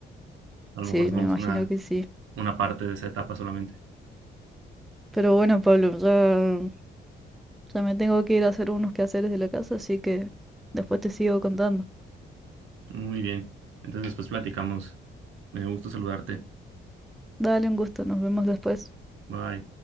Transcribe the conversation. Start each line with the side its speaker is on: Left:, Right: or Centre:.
Right: A lo
Centre: Sí,
Right: mejor somos
Centre: me imagino
Right: una,
Centre: que sí.
Right: una parte de esa etapa solamente.
Centre: Pero bueno, Pablo, ya, ya me tengo que ir a hacer unos quehaceres de la casa, así que después te sigo contando.
Right: Muy bien. Entonces después platicamos. Me dio gusto saludarte.
Centre: Dale un gusto, nos vemos después.
Right: Bye.